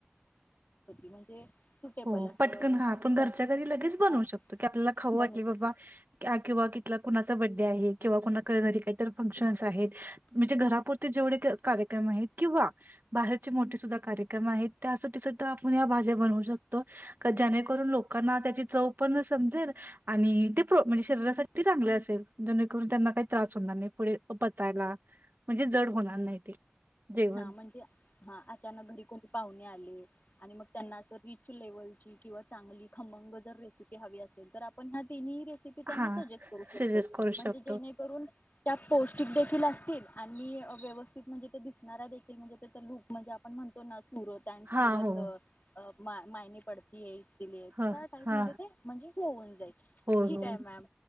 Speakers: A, on the left; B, on the right.
A: म्हणजे सुटेबल
B: हो
A: असं
B: पटकन हा
A: काही
B: आपण घरच्या
A: त्यात
B: घरी लगेच बनवू
A: हा
B: शकतो की आपल्याला खाऊ वाटली
A: बनू
B: बाबा
A: शकतो
B: किंवा कितला कुणाचा बर्थडे आहे किंवा घरी काहीत फंक्शन् आहेत कुणाच्या घरापुरती जेवढे कार्यक्रम आहेत. किंवा बाहेरचे मोठे सुद्धा कार्यक्रम आहेत त्यासाठी सुद्धा आपण या भाज्या बनवू शकतो का ज्याणेकरून लोकांना त्याची चव पण समजेल आणि ते प्र म्हणजे शरीरासाठी चांगल असेल जेणेकरून त्यांना काही त्रास होणार नाही पुढे पचायला म्हणजे जड होणार नाही ते जेवण
A: हा म्हणजे हा अचानक घरी कोणी पाहूने आले. आणि मग त्यांना अस रिच लेवलची किंवा चांगली खमंग जर रे सिपी हवी असेल तर आपण ह्या तिन्ही रेसि पि त्यांना
B: हा
A: सजेस्ट करू शकतो
B: शिजत करू
A: म्हणजे
B: शकतो
A: जेणे करून त्या पौष्टिक देखील असतील आणि व्यवस्थित म्हणजे ते दिस नारा देखील म्हणजे त्याच लूक म्हणजे आपण म्हणतो ना सुरत अन् सिरत
B: हा हो
A: अप मा मायनी पडती हे दिले आहेत
B: ह
A: त्या टाईप
B: हा
A: मध्ये ते म्हणजे होऊन जाई
B: हो
A: ठीक
B: हो
A: आहे मॅम